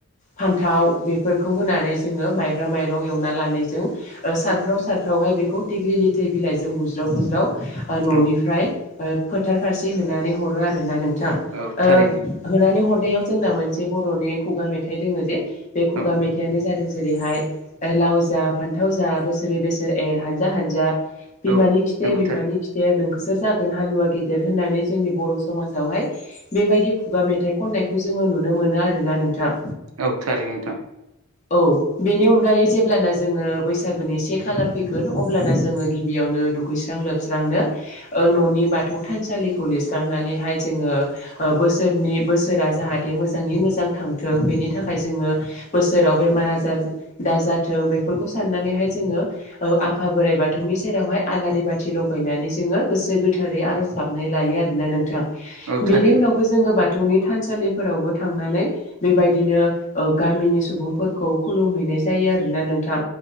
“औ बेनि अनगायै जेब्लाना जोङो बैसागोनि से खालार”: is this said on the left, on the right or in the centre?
Left